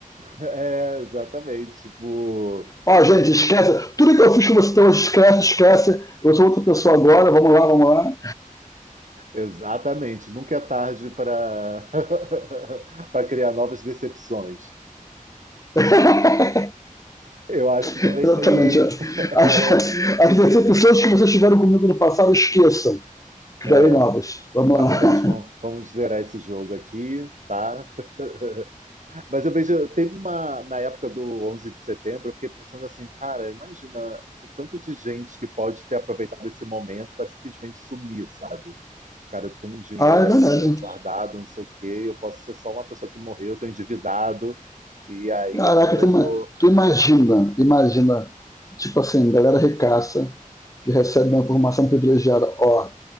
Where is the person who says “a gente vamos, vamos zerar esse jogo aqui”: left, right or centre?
Right